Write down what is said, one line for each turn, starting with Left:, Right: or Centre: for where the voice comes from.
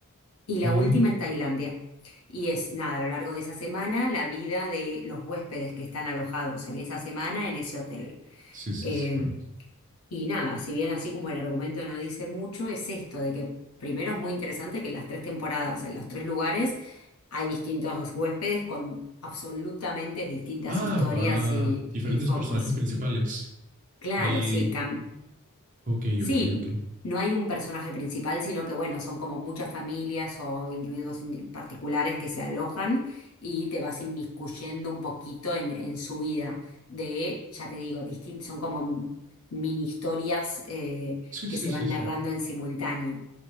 Left: y la
Right: Mm,
Left: última en Tailandia. Y es, nada, a lo largo de esa semana, la vida de los huéspedes que están alojados en esa semana en ese hotel.
Right: Sí, sí,
Left: Eh,
Right: sí, cuento.
Left: y nada, si bien así como el argumento no dice mucho, es esto de que primero es muy interesante que en las tres temporadas, en los tres lugares, hay distintos huéspedes con absolutamente distintas
Right: Ah,
Left: historias
Right: va.
Left: y,
Right: Diferentes
Left: y focos.
Right: personajes principales.
Left: Claro,
Right: Ahí.
Left: sí, Cam.
Right: Ok,
Left: Sí,
Right: ok, ok.
Left: no hay un personaje principal, sino que bueno, son como muchas familias o individuos indi- particulares que se alojan y te vas inmiscuyendo un poquito en, en su vida. De, ya te digo, distin- son como m- mini historias eh,
Right: Sí,
Left: que
Right: sí,
Left: se
Right: sí,
Left: van
Right: sí.
Left: narrando en simultáneo.